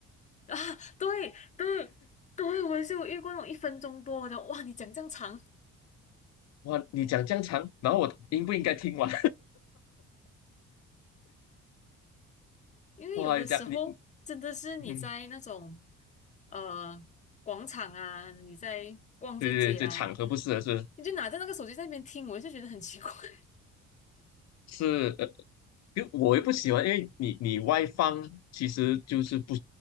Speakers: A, on the left; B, on the left.
A: <laughs> 啊，对对对，我也是有遇过那种一分钟多的，哇，你讲这样长，
B: 哇，你讲这样长，然后我应不应该听完？
A: 因为有的时候真的是你在那种。
B: 哇，你讲你，嗯，
A: 呃广场啊，你在逛这街啊，
B: 对对对，这场合不适合是
A: 你就拿着那个手机在那边听，我就觉得很奇怪。<laughs>
B: 是呃，因为我也不喜欢，因为你你外放其实就是不